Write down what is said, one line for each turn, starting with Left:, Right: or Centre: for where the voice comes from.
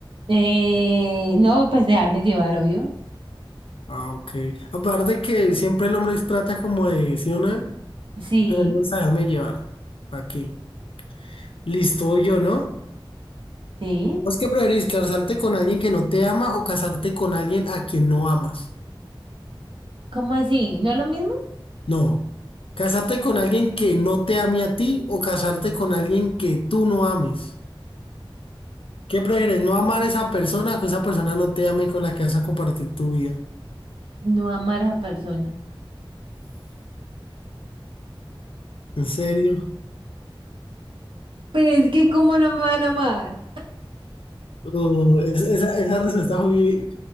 Right: Eh, no, pues dejarme llevar, obvio.
Left: Ah, ok. Aparte que siempre el hombre trata como de, ¿sí o no?
Right: Sí,
Left: Pero no saberme llevar. Aquí. Listo, voy yo, ¿no?
Right: sí.
Left: ¿Vos qué preferís, casarte con alguien que no te ama o casarte con alguien a quien no amas?
Right: ¿Cómo así? ¿No es lo mismo?
Left: No. ¿Casarte con alguien que no te ame a ti o casarte con alguien que tú no ames? ¿Qué prefieres, no amar a esa persona o que esa persona no te ame con la que vas a compartir tu vida?
Right: No amar a esa persona.
Left: ¿En serio?
Right: Pero es que ¿cómo no me van a amar?
Left: Uh, es- esa, esa respuesta fue muy...